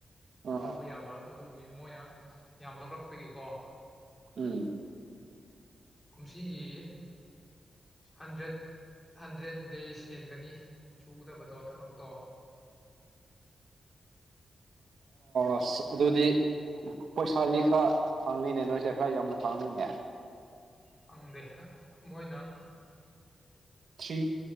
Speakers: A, on the right; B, on the left.
A: ꯑꯥ
B: ꯂꯧꯕ ꯌꯥꯕ ꯑꯗꯨꯒꯤ ꯃꯣꯏꯅ ꯌꯥꯝ ꯂꯧꯔꯛꯄꯒꯤꯀꯣ
A: ꯎꯝ
B: ꯀꯨꯝꯁꯤꯒꯤ ꯍꯟꯗ꯭ꯔꯦꯠ ꯍꯟꯗ꯭ꯔꯦꯠ ꯗꯦꯁ ꯍꯦꯟꯒꯅꯤ ꯁꯨꯗꯕꯗꯣ ꯊꯕꯛꯇꯣ
A: ꯑꯁ ꯑꯗꯨꯗꯤ ꯄꯩꯁꯥꯗꯤ ꯈꯔ ꯐꯪꯅꯤꯅꯦ ꯅꯣꯏꯁꯦ ꯈꯔ ꯌꯥꯝꯅ ꯐꯪꯅꯤꯅꯦ
B: ꯈꯪꯗꯦ ꯃꯣꯏꯅ
A: ꯊ꯭ꯔꯤ